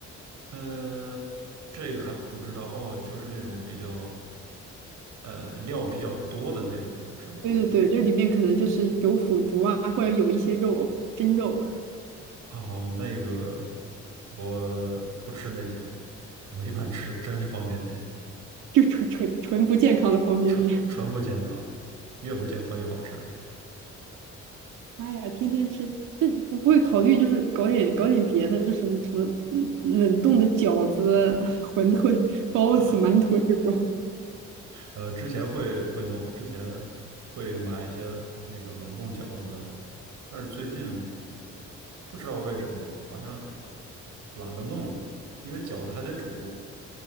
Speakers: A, on the right (about 70°); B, on the right (about 85°).
A: 呃，这个还不知道哦，就是那种比较呃料比较多的那种是吧？
B: 对对对，这里面可能就是有腐竹啊，或者有一些肉，蒸肉，
A: 哦，那个我不吃那些，我一般吃真方便面，
B: 就纯纯纯不健康的方便面。
A: 纯纯不健康，越不健康越好吃。
B: <laughs> 妈呀，天天吃，这不不会考虑就是搞点搞点别的，就是什么冷冷冻的饺子、<laughs> 馄饨、包子、
A: <laughs>
B: 馒头这种，
A: 呃，之前会会弄，之前会买一些那个冷冻饺子，但是最近不知道为什么好像懒得弄了，因为饺子还得煮，